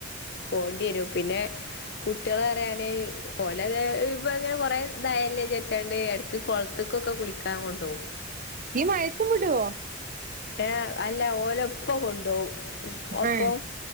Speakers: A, on the left (about 60°); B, on the right (about 45°).
A: പോണ്ടിരൂ പിന്നെ കുട്ടികളെ പറയാനേ ഓലെ ഇപ്പ ഇങ്ങനെ കൊറെ ദായല്ലേ വിചാരിച്ചണ്ട് ഇടക്ക് കൊൾ ത്തക്കൊക്കെ കുളിക്കാൻ കൊണ്ടോകും
B: നീ മഴത്തും വിടോ
A: ഏ അല്ല ഓരുപ്പ കൊണ്ടോവും ഒപ്പം
B: ഏ